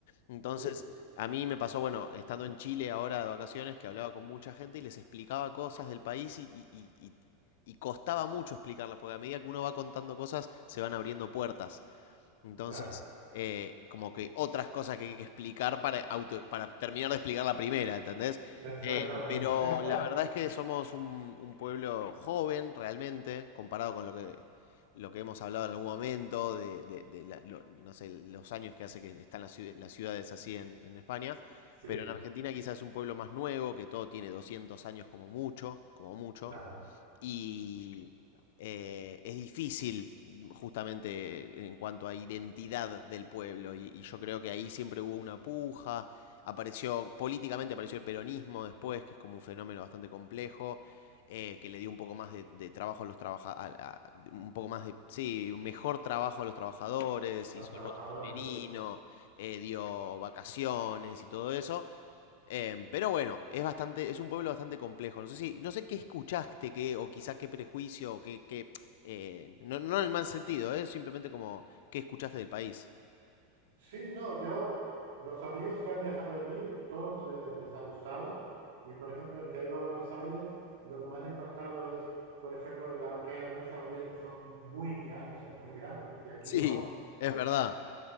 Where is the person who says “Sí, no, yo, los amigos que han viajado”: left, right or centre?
Right